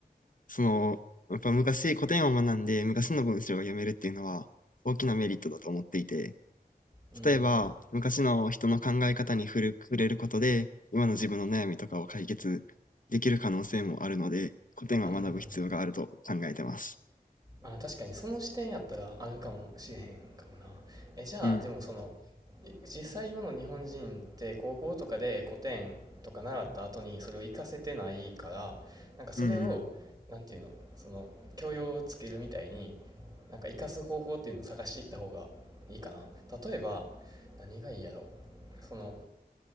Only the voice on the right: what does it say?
うん、
うんうん。ああ確かにその視点やったらあるかもしれへんかもなえじゃあでもその
実際今の日本人って高校とかで古典とか習った後にそれを活かせてないからなんかそれをなんていうのその教養をつけるみたいに
なんか活かす方法っていうのを探していった方がいいかな例えば何がいいやろその